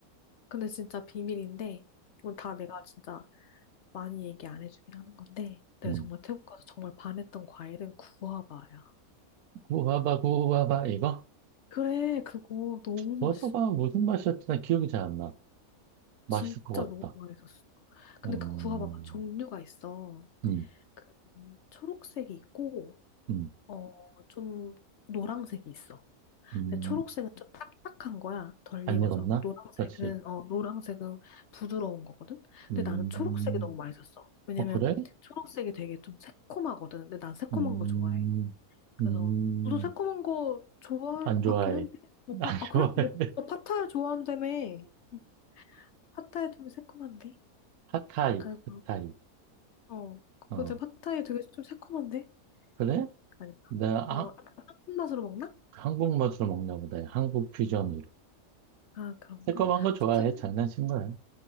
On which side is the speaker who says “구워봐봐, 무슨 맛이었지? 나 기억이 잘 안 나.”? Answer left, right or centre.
Right